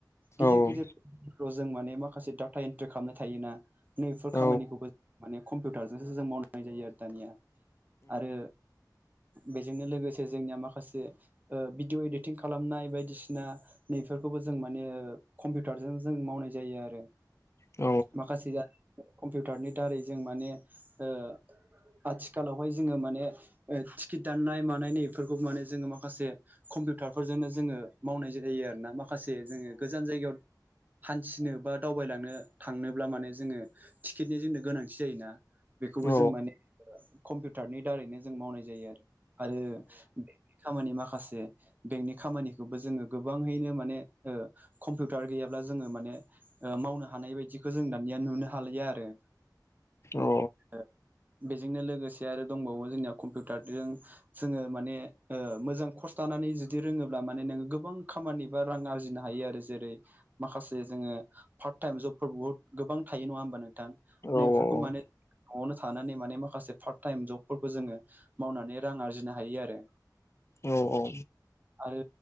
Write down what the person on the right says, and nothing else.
गिदिर गिदिर प्र जों माने माखासे डाटा एन्ट्रि खामनो थायोना। नैफोर
खामानिखौबो माने कम्पिउटारजोंसो जों मावनाय जायो आरो दानिया। आरो बेजोंनो लोगोसे जोंनिया माखासे ओ भिडिअ एडिटिं खालामनाय बायदिसिना नैफोरखौबो जों माने कम्पिउटारजों जों मावनाय जायो आरो।
माखासेया कम्पिउटारनि दारै जों माने ओ आथिखालावहाय जोङो माने ओ टिकेट दाननाय मानाय नै बेफोरखौ माने जोङो माखासे कम्पिउटारफोरजोंनो जोङो मावनाय जायो आरोना माखासे जोङो गोजान जायगायाव हान्थिनो बा दावबायलांनो थांनोब्ला माने जोङो टिकेटनि जोंनो गोनांथि जायोना बेखौबो
जों माने ओ कम्पिउटारनि दारैनो जों मावनाय जायोआरो आरो खामानि माखासे बेंकनि खामानिखौबो जोङो गोबाङैनो माने ओ कम्पिउटार गैयाब्ला जोङो माने ओ मावनो हानाय बायदिखौ जों दानिया नुनो हालिया आरो।
ओ बेजोंनो लोगोसे आरो दंबावो जोंनिया कम्पिउटारजों जोङो माने मोजां ओ खर्स दानानै जुदि रोङोब्ला माने नोङो गोबां खामानि बा रां आरजिनो हायो आरो जेरै माखासे जोङो पार्ट टाइम जबफोर बहुत गोबां थायो नङा होमबा नों थां
नैफोरखौ माने न'आवनो थानानै माने माखासे पार्ट टाइम जबफोरखौ जोङो मावनानै रां आरजिनो हायो आरो।
आरो